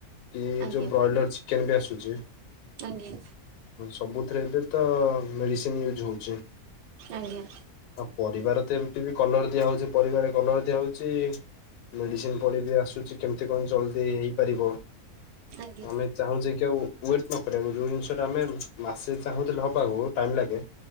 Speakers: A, on the left (about 85°); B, on the right (about 70°).
A: କି ଏ
B: ଆଜ୍ଞା
A: ଯୋଉ ବ୍ରଏଲର ଚିକେନ ବି ଆସୁଛି
B: ଆଜ୍ଞା
A: ସବୁଥିରେ ଏବେ ତ ମେଡିସିନ ୟୁଜ ହଉଛି।
B: ଆଜ୍ଞା
A: ଅ ପରିବାରେ ତ ଏମିତି ବି କଲର ଦିଆହେଉଛି, ପରିବାରେ କଲର ଦିଆହଉଛି, ମେଡିସିନ ପଡି ବିି ଆସୁଛି। କେମତି କଣ ଜଲଦି ହେଇପାରିବ?
B: ଆଜ୍ଞା
A: ଆମେ ଚାହୁଁଛେ କି ଆଉ ୱେଟ ନକରିବାକୁ ଯଉ ଜିନିଷ ଆମେ ମାସେ ଚାହୁଁଥିଲେ ହବାକୁ ଟାଇମ୍ ଲାଗେ